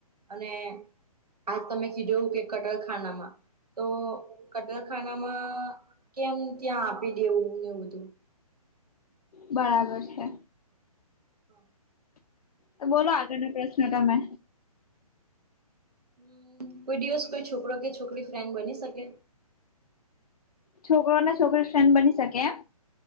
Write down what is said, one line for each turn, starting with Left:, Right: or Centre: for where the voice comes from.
Right: અને આજ તમે કીધવું કે કટરખાનામાં. તો કતલખાનામાં કેમ ત્યાં આપી દેવું ને એવું બધું.
Left: બરાબર છે.
Right: હા.
Left: તો બોલો આગળનો પ્રશ્ન તમે.
Right: હમ્મ, કોઈ દિવસ કોઈ છોકરો કે છોકરી ફ્રેન્ડ બની શકે?
Left: છોકરો ને છોકરી ફ્રેન્ડ બની શકે એમ?